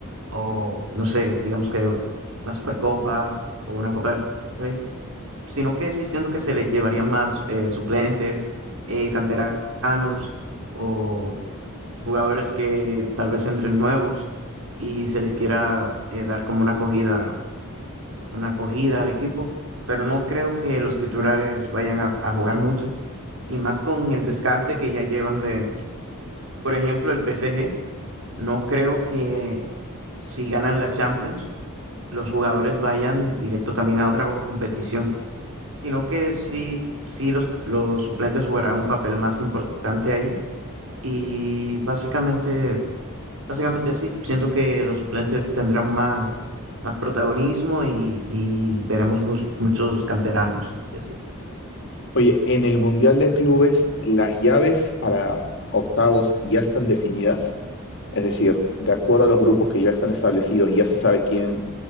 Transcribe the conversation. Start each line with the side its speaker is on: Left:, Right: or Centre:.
Right: o, no sé, digamos que una Supercopa o una Copa del Rey, sino que sí siento que se le llevarían más eh, suplentes, eh, canteranos o jugadores que tal vez entren nuevos y se les quiera eh, dar como una acogida, una acogida al equipo, pero no creo que los titulares vayan a a jugar mucho y más con el desgaste que ya llevan de por ejemplo, el PSG, no creo que si ganan la Champions, los jugadores vayan directo también a otra competición, sino que sí, sí los, los suplentes jugarán un papel más importante ahí. Y básicamente, básicamente sí, siento que los suplentes tendrán más, más protagonismo y, y veremos mus- muchos canteranos y así.
Left: Oye, en el Mundial de Clubes, las llaves para octavos ya están definidas, es decir, de acuerdo a los grupos que ya están establecidos, ya se sabe quién,